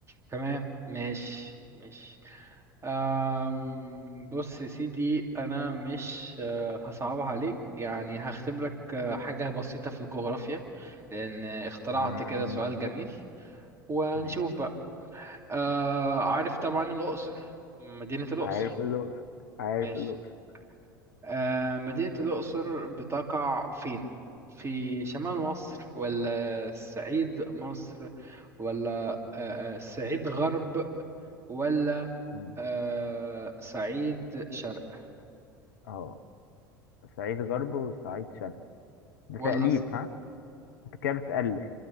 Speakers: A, on the right; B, on the left.
A: تمام ماشي ماشي أم بص يا سيدي انا مش آه، هصعبها عليك يعني هختبرك لك آه، حاجة بسيطة في الجغرافيا لان اخترعت
B: فاهم؟
A: كده سؤال جميل وهنشوف
B: ماشي
A: بقى أه عارف طبعا الاقصر مدينة الاقصر
B: عارف الأقصر عارف
A: ماشي
B: الأقصر
A: آه، مدينة الأقصر بتقع فين؟ في شمال مصر ولا الصعيد مصر ولا آه، آه، الصعيد غرب ولا
B: مم.
A: آه، صعيد شرق
B: اه صعيد غرب وصعيد شرق ده
A: ولا
B: تأليف ها انت كده بتألف